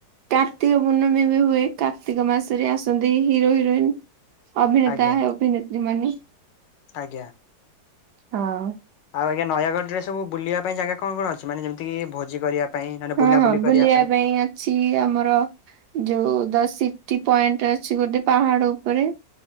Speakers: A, on the right; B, on the left.
A: କାର୍ତ୍ତିକ ପୂର୍ଣ୍ଣମୀ ବି ହୁଏ କାର୍ତ୍ତିକ ମାସରେ ଆସନ୍ତି ହିରୋ ହିରୋଇନ ଅଭିନେତା
B: ଆଜ୍ଞା
A: ଅଭିନେତ୍ରୀ ମାନେ।
B: ଆଜ୍ଞା।
A: ହଁ।
B: ଆଉ ଆଜ୍ଞା ନୟାଗଡ଼ରେ ସବୁ ବୁଲିବା ପାଇଁ ଜାଗା କଣ କଣ ଅଛି? ମାନେ ଯେମିତିକ ଭୋଜି କରିବା ପାଇଁ ନହେଲେ
A: ହଁ
B: ବୁଲାବୁଲି
A: ହଁ
B: କରିବା
A: ବୁଲିବା ପାଇଁ ଅଛି। ଆମର ଯୋଉ ଦସି କି ପଏଣ୍ଟ ଅଛି ଗୋଟେ ପାହାଡ ଉପରେ।